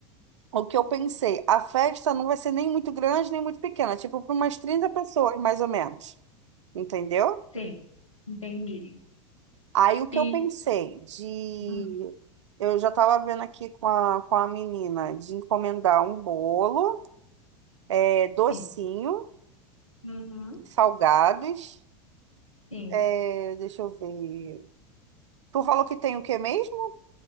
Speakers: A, on the right; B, on the left.
A: O que eu pensei, a festa não vai ser nem muito grande, nem muito pequena, tipo para umas 30 pessoas, mais ou menos, entendeu?
B: Sim, entendi.
A: Aí o que
B: E
A: eu pensei de.
B: Hum.
A: Eu já estava vendo aqui com a, com a menina de encomendar um bolo, é, docinho,
B: sim, Uhum.
A: salgados.
B: sim.
A: é, deixa eu ver. Tu falou que tem o que mesmo?